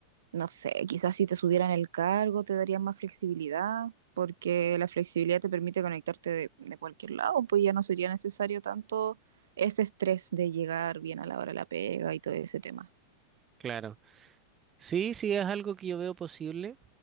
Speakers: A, on the right; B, on the right.
A: no sé, quizás si te subieran el cargo te darían más flexibilidad, porque la flexibilidad te permite conectarte de, de cualquier lado, pues ya no sería necesario tanto ese estrés de llegar bien a la hora de la pega y todo ese tema.
B: Claro. Sí, sí, es algo que yo veo posible,